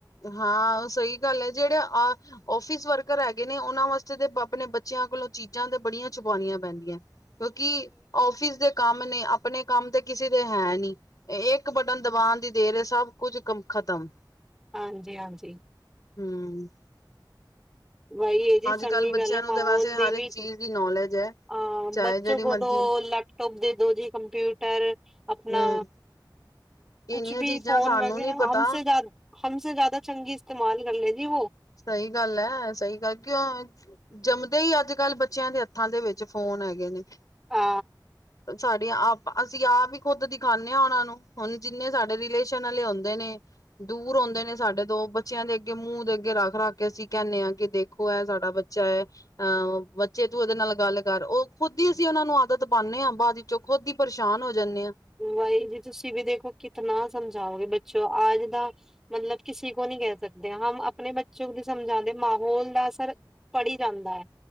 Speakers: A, on the left; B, in the centre.
A: ਹਾਂ, ਓ ਸਹੀ ਗੱਲ ਐ, ਜਿਹੜੇ ਆਹ ਓਫਿਸ ਵਰਕਰ ਹੈਗੇ ਨੇ, ਉਹਨਾਂ ਵਾਸਤੇ ਤੇ ਆਪਣੇ ਬੱਚਿਆਂ ਕੋਲੋਂ ਚੀਜ਼ਾਂ ਤੇ ਬੜੀਆਂ ਛੁਪਉਣੀਆਂ ਪੈਂਦੀਆਂ। ਕਿਉਂਕਿ ਆਫਿਸ ਦੇ ਕੰਮ ਨੇ, ਆਪਣੇ ਕੰਮ ਤੇ ਕਿਸੇ ਦੇ ਹੈ ਨਹੀਂ। ਇੱਕ ਬਟਨ ਦਬਾਣ ਦੀ ਦੇਰ ਏ, ਸਭ ਕੁਝ ਕਮ ਖ਼ਤਮ।
B: ਹਾਂਜੀ, ਹਾਂਜੀ।
A: ਹੂੰ।
B: ਵਹੀ ਏ ਜੀ, ਚੰਗੀ
A: ਕੱਲ੍ਹ ਬੱਚਿਆਂ
B: ਗੱਲ ਐ,
A: ਨੂੰ
B: ਮਾਹੌਲ
A: ਤਾਂ ਵੈਸੇ
B: ਦੀ
A: ਹਰ ਇੱਕ
B: ਵੀ
A: ਚੀਜ਼ ਦੀ ਨੌਲੇਜ ਹੈ
B: ਹਾਂ
A: ਚਾਹੇ
B: ਬੱਚੋ
A: ਜਿਹੜੀ
B: ਕੋ
A: ਮਰਜ਼ੀ
B: ਤੋ ਲੈਪਟੋਪ ਦੇ ਦੋ ਜੀ, ਕੰਪਿਊਟਰ ਆਪਣਾ
A: ਹਮ
B: ਕੁਛ
A: ਇੰਨੀਆਂ
B: ਵੀ
A: ਚੀਜ਼ਾਂ
B: ਫੋਨ
A: ਸਾਨੂੰ
B: ਵਗੈਰਾ,
A: ਨੀ
B: ਹਮਸੇ
A: ਪਤਾ
B: ਜ਼ਿਆਦ, ਹਮਸੇ ਜ਼ਿਆਦਾ ਚੰਗੀ ਇਸਤੇਮਾਲ ਕਰ ਲੇ ਗੀ ਵੋ।
A: ਸਹੀ ਗੱਲ ਐ, ਸਹੀ ਗੱਲ ਅ ਕਿਉਂ ਜੰਮਦੇ ਈ ਅੱਜ-ਕੱਲ੍ਹ ਬੱਚਿਆਂ ਦੇ ਹੱਥਾਂ ਦੇ ਵਿੱਚ, ਫੋਨ ਹੈਗੇ ਨੇ।
B: ਆ।
A: ਸ ਸਾਡੀਆਂ ਆਪ ਅਸੀਂ ਆਪਹ ਹੀ ਖੁਦ ਦਿਖਾਨੇ ਆ ਉਹਨਾਂ ਨੂੰ, ਹੁਣ ਜਿੰਨੇ ਸਾਡੇ ਰਿਲੇਸ਼ ਸ਼ਨ ਆਲੇ ਹੁੰਦੇ ਨੇ। ਦੂਰ ਹੁੰਦੇ ਨੇ ਸਾਡੇ ਤੋਂ, ਬੱਚਿਆਂ ਦੇ ਅੱਗੇ ਮੂੰਹ ਦੇ ਅੱਗੇ ਰੱਖ-ਰੱਖ ਕੇ ਅਸੀਂ ਕਹਿੰਨੇ ਆ ਕਿ ਦੇਖ ਖੋ ਐਹ ਸਾਡਾ ਬੱਚਾ ਐ। ਅਹ ਬੱਚੇ ਤੂੰ ਉਹਦੇ ਨਾਲ ਗੱਲ ਕਰ। ਉਹ ਖੁਦ ਹੀ ਅਸੀਂ ਉਹਨਾਂ ਨੂੰ ਆਦਤ ਪਾਨੇ ਆ, ਬਾਅਦ ਵਿੱਚ ਓ ਖੁਦ ਈ ਪਰੇਸ਼ਾਨ ਹੋ ਜਾਨੇ ਆ।
B: ਵਹੀ ਜੀ, ਤੁਸੀਂ ਵੀ ਦੇਖੋ ਕਿਤਨਾ ਸਮਝਾਓਗੇ, ਬੱਚੋ ਆਜ ਦਾ ਮਤਲਬ ਕਿਸੀ ਕੋ ਨੀ ਕਹਿ ਸਕਤੇ, ਹਮ ਆਪਣੇ ਬੱਚੋ ਕੋ ਸਮਝਾਉਂਦੇ ਮਾਹੌਲ ਦਾ ਅਸਰ ਪੜੀ ਜਾਂਦਾ ਐ।